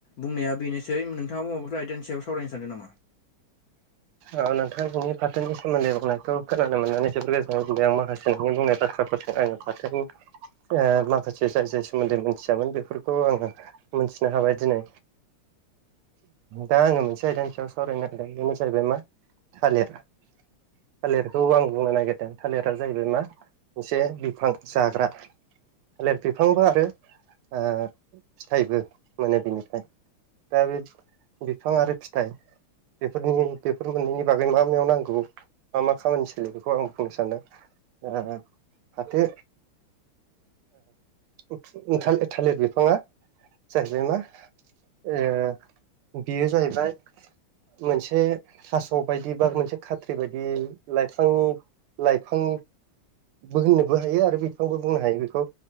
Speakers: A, on the left; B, on the right.
A: बुंनाया बेनोसै नोंथाङा माबाफोर आइदानि सायाव सावरायनो सानदों नामा?
B: औ नोंथां नोंनि फाथोनि सोमोन्दै बुंनायखौ खोनानो मोननानै जोबोर गोजोन्नाय मोनदों आं माखासे नोंनि बुंनाय बाथ्राफोर आङो फाथोनि ओ माखासे जाय जाय सोमोन्दैनि मिथियामोन बेफोरखौ आङो मोनथिनो हाबाय दिनै। दा आङो मोनसे आयदानि सायाव सावरायनो हादों बेनो जाहैबाय मा थालिर थालिरखौ आं बुंनो नागिरदों थालिरा जाहैबाय मा मोनसे बिफां जाग्रा। थालिर बिफांबो आरो ओ फिथाइबो माने बिनिफ्राय। दा बे बिफां आरो फिथाइ बेफोरनि बेफोर मोननैनि बागै मा मायाव नांगौ मा मा खामानि सोलियो बेखौ आं बुंनो सानदों। ओ फाथो ओ थालिर बिफाङा जाहैबाय मा ओ बेयो जाहैबाय मोनसे थास' बायदि बा मोनसे खाथ्रि बायदि लाइफां लाइफां होननोबो हायो आरो बिफांबो बुंनो हायो बेखौ